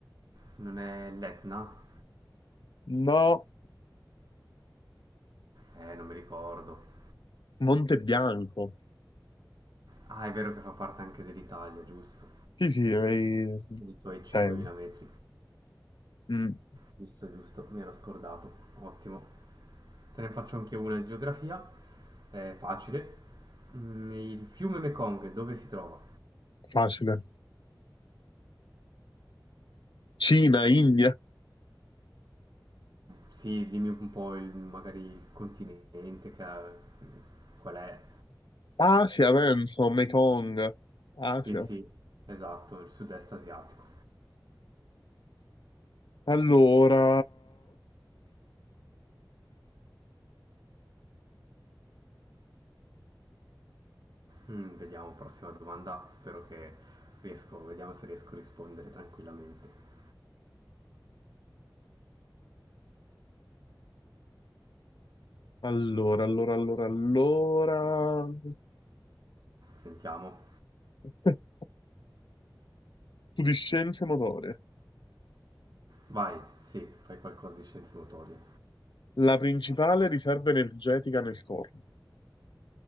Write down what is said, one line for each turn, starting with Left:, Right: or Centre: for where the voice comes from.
Right: non è l'Etna?
Left: no,
Right: Eh, non mi ricordo.
Left: Monte Bianco.
Right: Ah, è vero che fa parte anche dell'Italia, giusto?
Left: Sì, sì, hai...
Right: I suoi 5.000
Left: eh,
Right: metri,
Left: mm,
Right: giusto, giusto, mi ero scordato. Ottimo. Te ne faccio anche una di geografia, è facile. Mm, Il fiume Mekong dove si trova?
Left: facile. Cina, India,
Right: Sì, dimmi un po' il, magari il continente, che, ha- qual è?
Left: Asia, penso, Mekong, Asia.
Right: Sì, sì, esatto, il sud-est asiatico.
Left: Allora,
Right: Mm, vediamo, prossima domanda. Spero che riesco, vediamo se riesco a rispondere tranquillamente.
Left: allora, allora, allora, allora.
Right: Sentiamo.
Left: <laughs> Tu di scienze motorie.
Right: Vai, sì, fai qualcosa di scienze motorie.
Left: La principale riserva energetica nel corpo.